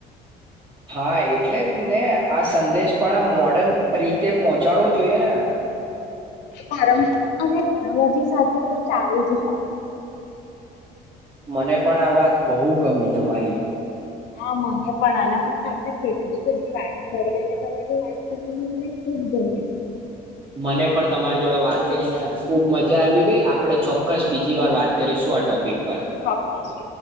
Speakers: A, on the right (about 30°); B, on the left (about 80°).
A: હા એટલે જ ને આ સંદેશ પણ આ મોર્ડન રીતે પહોંચાડવો જોઈએ ને
B: પરંપરા અને ટેકનોલોજી સાથે તો ચાલી જ શકે
A: મને પણ આ વાત બહુ ગમી તમારી
B: હા મને પણ આલા પણ તો આપણે કેટલી બધી વાત કરી અને તને જો વાત કરી મને ખુબ ગમ્યું
A: મને પણ તમારી જોડે વાત કરીને ખુબ મજા આવી ગઈ આપડણે ચોક્કસ બીજી વાર વાત કરીશું આ ટોપિક પર
B: સપન્સ્ટ